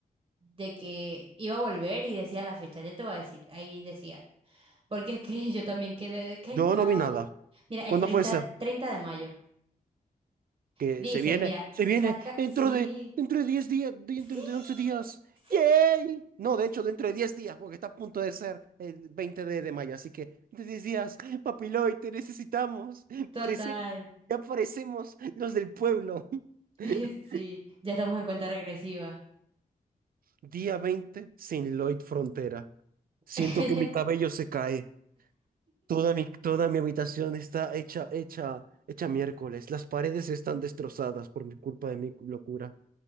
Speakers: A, on the right; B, on the right.
A: de que iba a volver y decía la fecha, ya te voy a decir, ahí decía. Porque <laughs> es que yo también quedé de que
B: Yo
A: no.
B: no vi nada.
A: Mira,
B: ¿Cuándo
A: el treinta
B: fue eso?
A: treinta de mayo.
B: que
A: Dice,
B: se viene,
A: mira,
B: se
A: saca.
B: viene dentro
A: Sí,
B: de dentro de 10 días, dentro
A: sí,
B: de 11 días.
A: sí.
B: ¡Yay! No, de hecho, dentro de 10 días, porque está a punto de ser el 20 de, de mayo. Así que, dentro de 10 días, Papiloy, te necesitamos.
A: Total.
B: Parece, ya parecemos los del pueblo. <laughs>
A: <laughs> Sí, ya estamos en cuenta regresiva.
B: Día 20 sin Lloyd Frontera. Siento
A: <laughs>
B: que mi cabello se cae. Toda mi, toda mi habitación está hecha, hecha, hecha miércoles. Las paredes están destrozadas por mi culpa de mi locura.